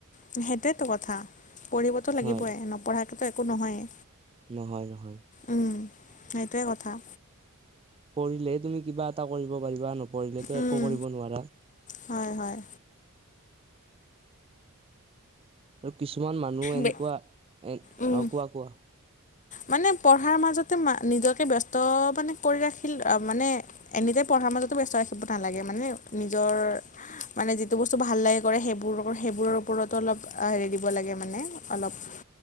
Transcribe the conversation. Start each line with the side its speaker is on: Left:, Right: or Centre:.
Left: সেইটোৱেতো কথা পঢ়িবতো লাগিবই
Right: হয়
Left: নপঢ়াকেতো একো নহয়েই।
Right: নহয় নহয়।
Left: উম, সেইটোৱে কথা।
Right: পঢ়িলে তুমি কিবা এটা কৰিব পাৰিবা। নপঢ়িলেতো
Left: উম,
Right: একো কৰিব নোৱাৰা।
Left: হয় হয়।
Right: আৰু কিছুমান মানুহ এনেকুৱা
Left: বে
Right: এ,
Left: উম,
Right: অ কোৱা কোৱা।
Left: মানে পঢ়াৰ মাজতে ম, নিজকে ব্যস্ত মানে কৰি ৰাখিল অ মানে এনিতে পঢ়াৰ মাজতো ব্যস্ত ৰাখিব নালাগে। মানে নিজৰ মানে যিটো বস্তু ভাল লাগে কৰে সেইবোৰ, সেইবোৰৰ ওপৰতো অলপ হেৰি দিব লাগে মানে অলপ